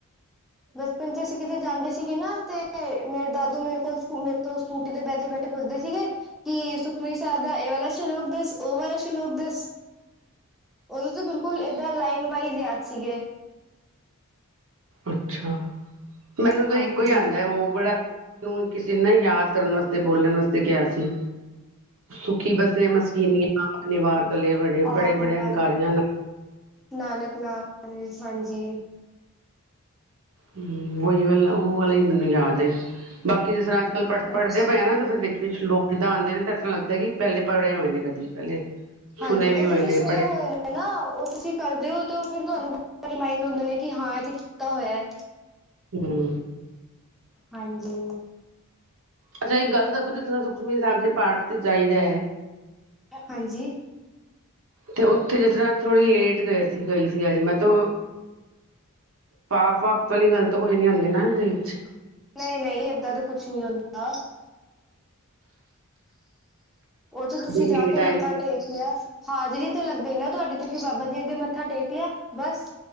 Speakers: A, in the centre; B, on the right.
A: ਬਚਪਨ ਚ ਅਸੀਂ ਕਿਤੇ ਜਾਂਦੇ ਸੀਗੇ ਨਾ ਤੇ ਮੇਰੇ ਦਾਦੂ ਮੇਰੇ ਕੋਲ ਮੇਰੇ ਤੋਂ ਸਕੂਟੀ ਤੇ ਬੈਠੇ ਬੈਠੇ ਪੁੱਛਦੇ ਸੀਗੇ। ਕੀ ਸੁਖਮਨੀ ਸਾਬ ਦਾ ਏ ਵਾਲਾ ਸ਼ਲੋਕ ਦੱਸ ਓ ਵਾਲਾ ਸ਼ਲੋਕ ਦੱਸ। ਓਦੋਂ ਤਾਂ ਬਿਲਕੁਲ ਏਦਾਂ ਲਾਈਨ ਵਾਈਜ਼ ਯਾਦ ਸੀਗੇ।
B: ਅੱਛਾ ਮੈਨੂੰ ਤਾਂ
A: ਹਾਂਜੀ।
B: ਇੱਕੋ ਈ ਆਂਦਾ ਓ ਬੜਾ। ਮੈਨੂੰ ਕਿਸੀ ਨੇ ਨਾ ਯਾਦ ਕਰਨ ਵਾਸਤੇ ਬੋਲਣ ਵਾਸਤੇ ਕਿਹਾ ਸੀ। ਸੁਖੀ ਬਸੇ ਮਸਕੀਨੀਆਂ ਨਿਵਾਰਤਲੇ ਬੜੇ ਬੜੇ
A: ਆਪ
B: ਬੜੇ
A: ਨਿਵਾਰ
B: ਹੰਕਾਰੀਆਂ ਨਾਲ
A: ਨਾਨਕ ਨਾਮ ਵਿੱਚ ਹਾਂਜੀ।
B: ਹੂੰ, ਵਹੀ ਵਾਲਾ ਓ ਵਾਲਾ ਈ ਮੈਨੂੰ ਯਾਦ ਐ ਬਾਕੀ ਜਿਸ ਤਰ੍ਹਾਂ ਪੜ ਪੜ੍ਹਦੇ
A: ਅੱਛਾ
B: ਪਏ ਆ ਨਾ ਤੇ ਫਿਰ ਵਿੱਚ ਵਿੱਚ ਸਲੋਕ ਏਦਾਂ ਆਂਦੇ ਨੇ ਤਾਂ ਇਸ ਤਰ੍ਹਾਂ ਲੱਗਦਾ ਕਿ ਪਹਿਲੇ ਪੜ੍ਹੇ ਹੋਏ ਨੇ ਕਦੀ ਪਹਿਲੇ।
A: ਹਾਂਜੀ
B: ਸੁਣੇ ਵੀ
A: ਓ
B: ਹੋਏ
A: ਤੁਸੀਂ
B: ਨੇ
A: ਸੁਣੇ
B: ਪੜ੍ਹੇ
A: ਹੋਏ ਨੇ। ਹਨਾ ਓ ਤੁਸੀਂ ਕਰਦੇ ਓ ਤੇ ਫਿਰ ਤੁਹਾਨੂੰ ਰਿਮਾਇੰਡ ਹੁੰਦੇ ਨੇ ਕਿ ਹਾਂ ਏ ਤਾਂ ਕੀਤਾ ਹੋਇਆ।
B: ਹੂੰ,
A: ਹਾਂਜੀ।
B: ਅੱਛਾ, ਇੱਕ ਗੱਲ ਦੱਸੋ ਜਿਸ ਤਰ੍ਹਾਂ ਸੁਖਮਨੀ ਸਾਹਿਬ ਦੇ ਪਾਠ ਤੇ ਜਾਈਦਾ।
A: ਹਾਂਜੀ।
B: ਤੇ ਓਥੇ ਜਿਤਰ੍ਹਾਂ ਥੋੜ੍ਹੀ ਲੇਟ ਗਏ ਸੀ ਗਈ ਸੀ ਅੱਜ ਮੈਂ ਤੋ। ਪਾਪ ਬਾਪ ਵਾਲੀ ਗੱਲ ਤਾਂ ਕੋਈ ਨੀ ਆਂਦੀ ਨਾ ਏਦੇ ਵਿੱਚ।
A: ਨਈਂ-ਨਈਂ ਏਦਾਂ ਦਾ ਕੁਛ ਨੀ ਹੁੰਦਾ। ਓ ਤਾਂ ਤੁਸੀਂ
B: ਜੇ
A: ਜਾ
B: ਲੇਟ
A: ਕੇ
B: ਆਏ
A: ਮੱਥਾ ਟੇਕ ਲਿਆ। ਹਾਜਰੀ ਤੇ ਲੱਗ ਗਈ ਨਾ ਤੁਆਡੀ ਤੁਸੀਂ ਬਾਬਾ ਜੀ ਅੱਗੇ ਮੱਥਾ ਟੇਕ ਲਿਆ ਬਸ।